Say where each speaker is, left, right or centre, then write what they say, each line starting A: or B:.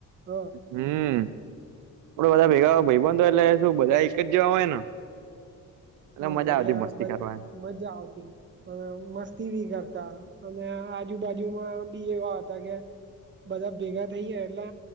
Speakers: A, on the right (about 40°); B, on the right (about 85°).
A: હ
B: હમ આપડ બધા ભેગા ભાઈબન તો એટલે શું બધા એક જ જેવા હોય ને
A: હા
B: મજા
A: એટલે
B: આવતી મસ્તી
A: બધા
B: કરવાની
A: મજા આવતી હ મસ્ત ટીવી કરતા અને આજુબાજુમાં બી એવા હતા કે બધા ભેગા થઇ જાય એટલે